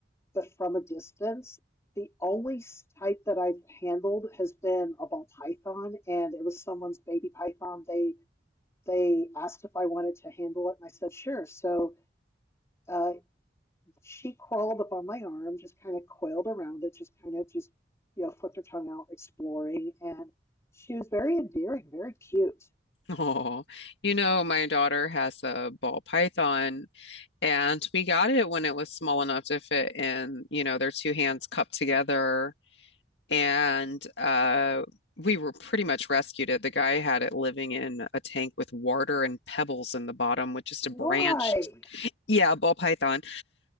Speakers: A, on the left; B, on the left.
A: but from a distance. The only type that I've handled has been a ball python, and it was someone's baby python. They they asked if I wanted to handle it, and I said, sure. So uh, she crawled up on my arm, just kind of coiled around it, just kind of just, you know, flipped her tongue out, exploring. And she was very endearing, very cute.
B: Oh, you know, my daughter has a ball python And we got it when it was small enough to fit in, you know, their two hands cupped together. And uh, we were pretty much rescued it. The guy had it living in a tank with water and pebbles in the bottom with just
A: Why?
B: a branched, yeah, ball python.